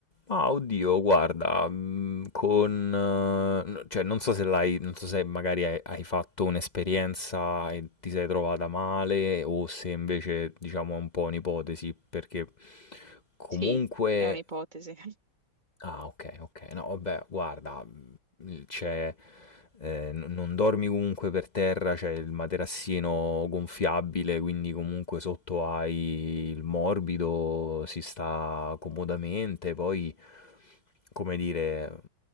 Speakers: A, on the left; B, on the right.
A: Ah, oddio, guarda, mm, con... eh, n- cioè, non so se l'hai, non so se magari hai, hai fatto un'esperienza e ti sei trovata male o se invece, diciamo, è un po' un'ipotesi, perché comunque...
B: Sì, è un'ipotesi.
A: Ah, ok, ok, no, vabbè, guarda, Mhmm, c'è ehm, n non dormi comunque per terra, c'è il materassino gonfiabile, quindi comunque sotto hai il morbido, si sta comodamente. Poi, come dire,